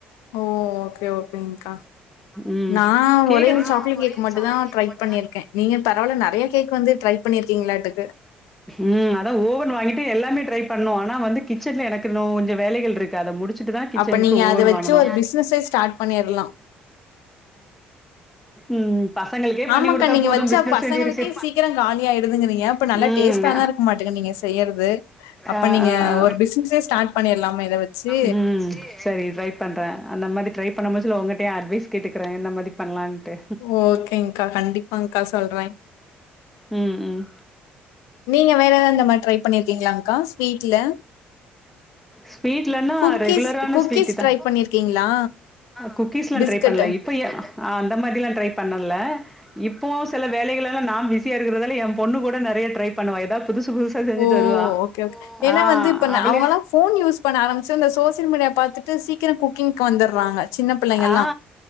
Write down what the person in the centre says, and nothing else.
ம்
கேக்க
ம்
ம் அதா ஓவன் வாங்கிட்டு எல்லாமே ட்ரை பண்ணோ ஆனா வந்து கிச்சன்ல எனக்கின்னோ கொஞ்ச வேலைகள் இருக்கு அத முடிச்சு ட்டுதா கிச்சனுக்கு
ஓவன்
வாங்கனு
ம் பசங்களுக்கே
பண்ணி குடுத்தா
போது
பிசினஸ்
எங்கிருக்கு
ம்
ஆ
ஆ ஆ
ம் சர் ட்ரை பண்றே அந்த மாரி ட்ரை பண்ண மொச்சுல உங்கட்டயு அட்வைஸ் கேட்டுக்கற என்ன மாரி பண்லான் ட்டு
ம் ம்
ஸ்வீட்லனா
ரெகுலரான
ஸ்வீட்டுதா
குக்கீஸ்லா
ட்ரை பண்ல இப்போ அந்த மாரிலா ட்ரை பண்ணல இப்போ செல வேலைகளால நா பிஸியா இருக்கிறதால எம் பொண்ணு கூட நறைய ட்ரை பண்ணுவா எதாது புதுசு புதுசா செஞ்சுட்டு
வருவா
ஆ
அவளே
ஆ